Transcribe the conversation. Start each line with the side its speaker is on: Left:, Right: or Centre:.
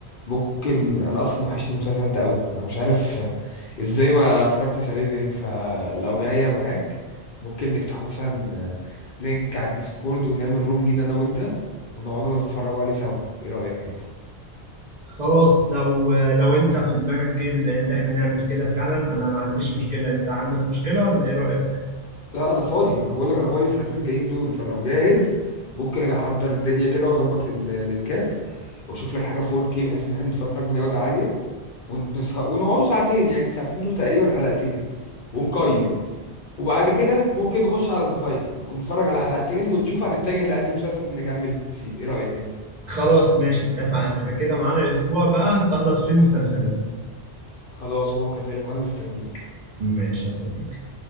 Left: ممكن انا اصلا وحشني المسلسل ده قوي انا مش عارف ازاي ما اتفرجتش عليه تاني فلو جاية معاك ممكن نفتح مثلا لينك على الديسكورد ونعمل روم لينا انا وانت ونقعد نتفرجوا عليه سوا ايه رأيك انت
Right: خلاص لو آه، لو انت في دماغك كده اللي احنا نعمل كده فعلا انا ما عنديش مشكلة انت عندك مشكلة ولا ايه رأيك
Left: لا انا فاضي انا بقول لك انا فاضي الساعتين الجايين دول فلو جاهز ممكن اجي احضر الدنيا كده واظبط ال- اللينكات واشوف لك حاجة 4K بحيث ان احنا نتفرج بجودة عالية ونس- ونقعدوا ساعتين يعني الساعتين دول تقريبا حلقتين ونقيم وبعد كده ممكن نخش على ذا فايكنج ونتفرج على حلقتين ونشوف هنتجه لأنهي مسلسل نكمل فيه ايه رأيك انت
Right: خلاص ماشي اتفقنا احنا كده معانا اسبوع بقى نخلص فيه المسلسلين
Left: خلاص هو كذلك وانا مستنيك
Right: ماشي يا صديقي